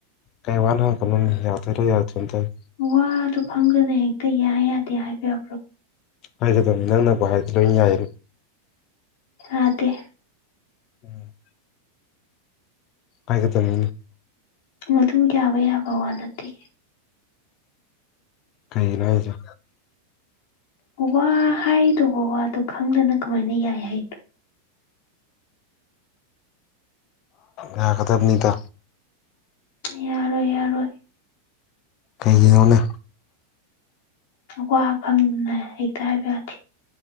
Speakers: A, on the left (about 40°); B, on the left (about 60°).
A: ꯀꯥꯏ ꯋꯥꯅ ꯍꯥ ꯀꯅꯣꯅꯦ ꯌꯥꯎ ꯇꯔ ꯌꯥꯎ ꯆꯇ
B: ꯋꯥꯗꯣ ꯐꯪꯗꯅ ꯍꯦꯛꯇ ꯌꯥꯏ ꯌꯥꯗꯦ ꯍꯥꯏꯕꯤꯔꯕ꯭ꯔꯣ
A: ꯍꯥꯏꯒꯗꯅꯤ ꯅꯪꯅꯕꯨ ꯍꯥꯏꯗ ꯂꯣꯏ ꯌꯥꯏ
B: ꯑꯗꯦ
A: ꯎꯝ ꯍꯥꯏꯒꯗꯅꯤ
B: ꯃꯗꯨ ꯌꯥꯕ ꯌꯥꯕ ꯋꯥ ꯅꯠꯇꯦ
A: ꯀꯩꯒꯤ ꯂ ꯍꯥꯏꯁꯦ
B: ꯋꯥ ꯍꯥꯏꯗꯧꯕ ꯋꯥꯗꯣ ꯈꯪꯗꯅ ꯀꯃꯥꯏꯅ ꯌꯥꯏ ꯍꯥꯏꯗꯣ
A: ꯌꯥꯒꯗꯕꯅꯤꯗ
B: ꯌꯥꯔꯣꯏ ꯌꯥꯔꯣꯏ
A: ꯀꯩꯒꯤꯣꯅ
B: ꯋꯥ ꯈꯪꯗꯅ ꯍꯦꯛꯇ ꯍꯥꯏꯕ ꯌꯥꯗꯦ